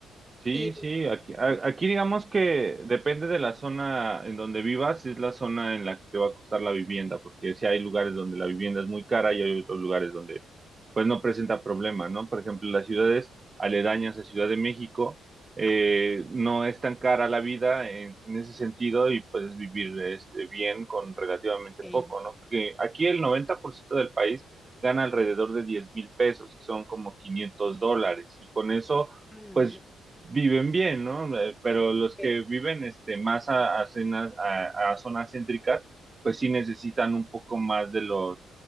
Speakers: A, on the right; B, in the centre.
A: Sí,
B: Eh,
A: sí, aquí, a- aquí digamos que depende de la zona en donde vivas, es la zona en la que te va a costar la vivienda, porque si hay lugares donde la vivienda es muy cara y hay otros lugares donde pues no presenta problema, ¿no? Por ejemplo, las ciudades aledañas a Ciudad de México, eh,
B: ah,
A: no es tan cara la vida en, en ese sentido y puedes vivir este, bien con relativamente
B: ok.
A: poco, ¿no? Porque aquí el 90% del país gana alrededor de diez mil pesos, que son como 500 dólares, y con eso
B: Ah,
A: pues
B: ya,
A: viven bien, ¿no? Eh, Pero los
B: ok.
A: que viven este, más a, a cenas- a- a zonas céntricas, pues
B: <laughs>
A: sí necesitan un poco más de los,